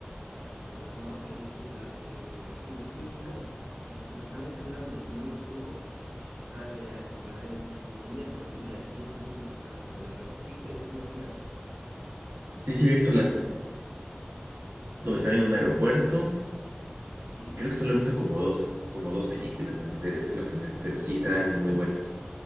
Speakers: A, on the right (about 85°); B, on the right (about 60°).
A: eh, la nueva película de mm, Destino Final. La, la están estrenando y si no me equivoco, sale a estrenar el siguiente miércoles y ya el siguiente fin de semana podría verlo. ¿Viste Destino Final?
B: Sí, sí he visto las... donde están en un aeropuerto.
A: Sí,
B: Creo que solo
A: esa
B: he visto
A: es buena.
B: como dos, como dos películas nada más de Destino Final, pero sí están muy buenas.